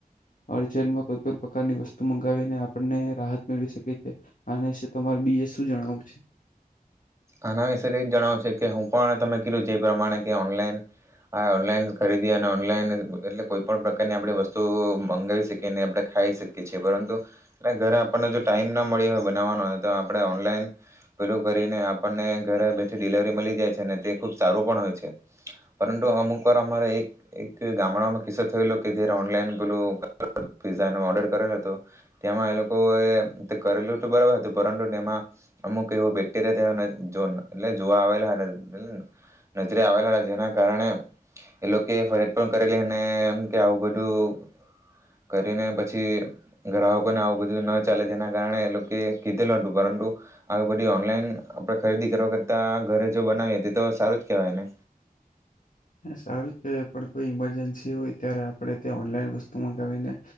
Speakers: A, on the left; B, on the right.
A: અજમાં કોઈ પણ પ્રકારની વસ્તુ મંગાવીને આપને રાહત મેળવી શકીએ છ છેએ આ તમારે બીજે શું જણાવું છે?
B: આના વિશે એ જ જણાવશે કે હું પણ તમે કીધું જે પ્રમાણે કે ઓનલાઈન આ ઓનલાઈન ખરીદી અને ઓનલાઈન એટલે કોઈ પણ પ્રકારની આપ વસ્તુ મંગાવી શકીએ આપણે ખાઈ શકીએ છીએ પરંતુ એ ઘરે આપણને જો ટાઈમ ના મળી હોય બનાવવાનો તો આપણે ઓનલાઈન પેલું કરીને આપણને ઘરે બેઠી ડિલવરી મળી જાય છે ને તે ખુબ સારું પણ હોય છે પરંતુ અમુક વાર અરા એક એક ગામડામાં કિસ્સો થયેલો કે જારે ઓનલાઈન પેલું પિઝા ન ઓર્ડર કરેલો હતો તમાં એ લોકોએ કરેલું તો બરાબર હતું પરંતુ તેમાં અમુક એવો બેક્ટેરિયાવા જોવા આવે લા એ નજરે આવેલા હતા જેના કારણે એ લોકો ફરિયાજ પણ કરેલીમ કે આવું બધું કરીને પછી ગ્રાહકોને આવું બધું ના ચાલે જેના કારણે એ લોકો કીધેલ હતું પરંતુ આ બધું ઓનલાઈન ખરીદી કરવા કરતા ઘરે જો બનાવી હતી તો સારું જ કેહેવાયને
A: સારું છે પણ કોઈ ઈમરજન્સી હોય ત્યારે આપણે ત્યાં ઓનલાઈન વસ્તુ મગાવીને